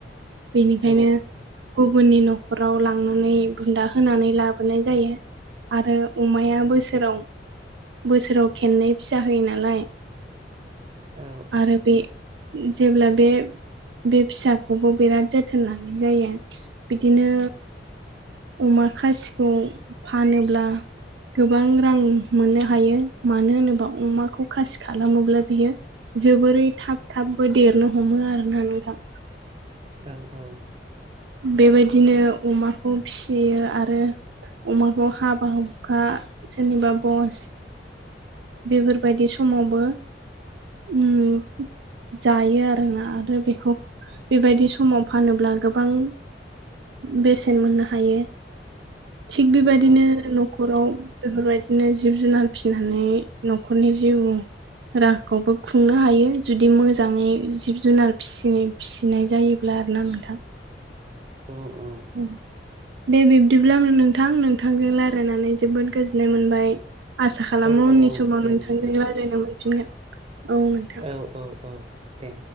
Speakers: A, on the right; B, on the right.
A: बेनिखायनो
B: औ
A: गुबुननि न'खराव लांनानै बुन्दा होनानै लाबोनाय जायो। आरो अमाया बोसोराव बोसोराव खेननै फिसा होयो नालाय।
B: औ।
A: आरो बे जेब्ला बे बे फिसाखौबो बिराद जोथोन लानाय जायो। बिदिनो अमा खासिखौ फानोब्ला गोबां रां मोननो हायो मानो होनोबा अमाखौ खासि खालामोब्ला बियो जोबोरै थाब थाबबो देरनो हमो आरोना नोंथां।
B: औ औ।
A: बेबायदिनो अमाखौ फियो आरो अमाखौ हाबा हुखा सोरनिबा बस बेफोरबायदि समावबो उम जायो आरोना‌। आरो बेखौ बेबायदि समाव फानोब्ला गो बां बेसेन मोननो हायो। थिग बेबायदिनो
B: औ
A: न'खराव बेफोरबायदिनो जिब जुनार फिसिनानै न'खरनि जिउ राहाखौबो खुंनो हायो जुदि मोजाङै जिब जुनार फिसिनि फिसिनाय जायोब्ला आरोना नोंथां।
B: औ औ।
A: उम। दे बिब्दिब्ला नोंथां नोंथांजों रायजलायनानै जोबोद गोजोननाय मोनबाय। आसा खालामो
B: औ
A: उननि
B: औ औ
A: समाव
B: दे
A: नोंथांजों
B: नोंथां
A: रायज्लायनो मोनफिनगोन। औ नोंथां।
B: औ औ औ दे।